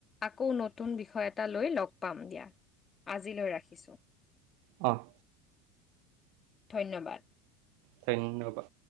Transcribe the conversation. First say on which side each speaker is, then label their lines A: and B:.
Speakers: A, on the left; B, on the right.
A: আকৌ নতুন বিষয় এটা লৈ লগ পাম দিয়া আজিলৈ ৰাখিছোঁ।
B: অ', অ',
A: ধন্যবাদ
B: ধন্যবাদ